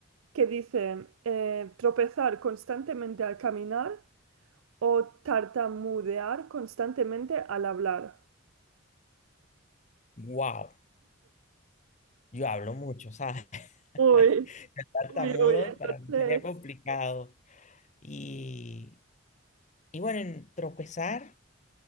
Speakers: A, on the right (about 80°); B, on the left (about 35°).
A: que dice, eh, tropezar constantemente al caminar o tartamudear constantemente al hablar.
B: Wow, yo hablo mucho, ¿sabes? <laughs>
A: Uy,
B: Ser Tartamudo
A: uy, uy, entonces,
B: para mí sería complicado. Y, y bueno, en tropezar.